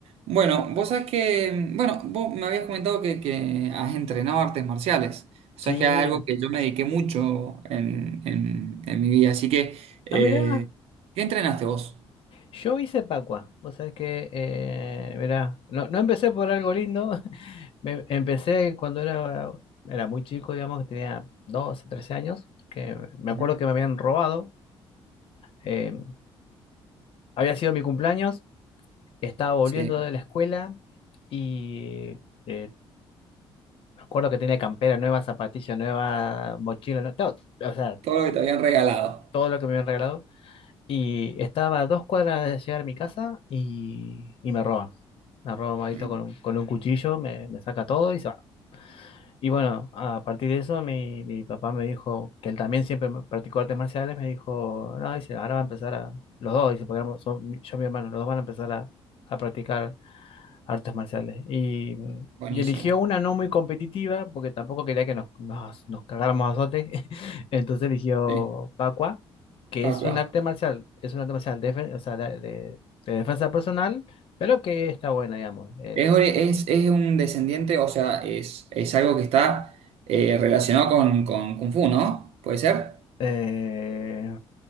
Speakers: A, on the right; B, on the left.
A: Bueno, vos sabés que, bueno, vos me habías comentado que, que has entrenado artes marciales. O sea,
B: Sí.
A: es que es algo que yo me dediqué mucho en, en- en mi vida. Así que, eh,
B: Ah, mirá,
A: ¿qué entrenaste vos?
B: yo hice Pacua. O sea que, eh, mirá, no, no empecé por algo lindo. <laughs> Me- empecé cuando era, era muy chico, digamos, tenía 12, 13 años, que me
A: Ajá.
B: acuerdo que me habían robado. eh, había sido mi cumpleaños, estaba volviendo
A: Sí,
B: de la escuela y eh, me acuerdo que tenía campera nueva, zapatilla nueva, mochila, no- todo, o sea,
A: todo lo que te habían regalado.
B: todo lo que me habían regalado. Y estaba a dos cuadras de llegar a mi casa y, y me roban. Me roban Maguito
A: Mm,
B: con un, con un cuchillo, me, me saca todo y se va. Y bueno, a partir de eso, mi, mi papá me dijo, que él también siempre me- practicó artes marciales, me dijo, no, dice, ahora va a empezar a, los dos, dice, porque éramos- son- yo y mi hermano, los dos van a empezar a, a practicar artes marciales. Y,
A: Buenísimo.
B: y eligió una no muy competitiva, porque tampoco quería que nos, nos, nos cagáramos a azote. <laughs> Entonces eligió
A: Sí,
B: Pacua, que
A: Pacua.
B: es un arte marcial, es un arte marcial defen- o sea, de, de- de defensa personal, pero que está buena, digamos. Es,
A: Es, ori- es, es un descendiente, o sea, es, es algo que está eh, relacionado con, con Kung Fu, ¿no? ¿Puede ser?
B: eh,